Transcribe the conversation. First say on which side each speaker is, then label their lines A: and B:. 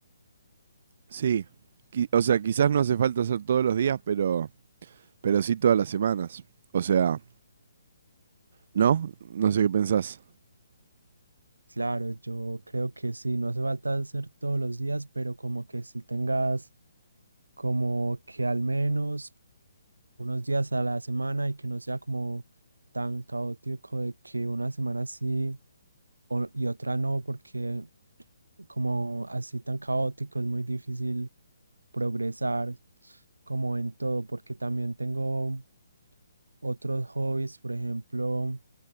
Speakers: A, on the right; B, on the right.
A: Sí. Qui- O sea, quizás no hace falta hacer todos los días, pero, pero sí todas las semanas. O sea, ¿no? No sé qué pensás.
B: Claro, yo creo que sí, no hace falta hacer todos los días, pero como que si tengas como que al menos unos días a la semana y que no sea como tan caótico de que una semana sí o- y otra no, porque como así tan caótico es muy difícil progresar como en todo, porque también tengo otros hobbies, por ejemplo,